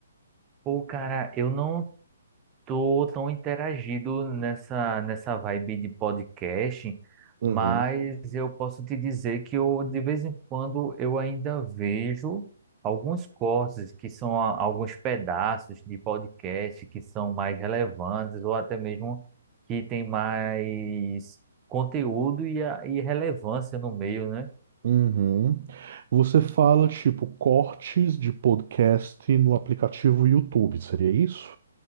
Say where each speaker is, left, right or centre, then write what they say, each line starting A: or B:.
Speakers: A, on the right; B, on the right.
A: Pô, cara, eu não tô tão interagido nessa nessa vibe de podcast,
B: Uhum.
A: mas eu posso te dizer que eu de vez em quando eu ainda vejo alguns cortes que são a- alguns pedaços de podcast que são mais relevantes ou até mesmo que tem mais conteúdo e, a- e relevância no meio, né?
B: Uhum. Você fala tipo cortes de podcast no aplicativo YouTube, seria isso?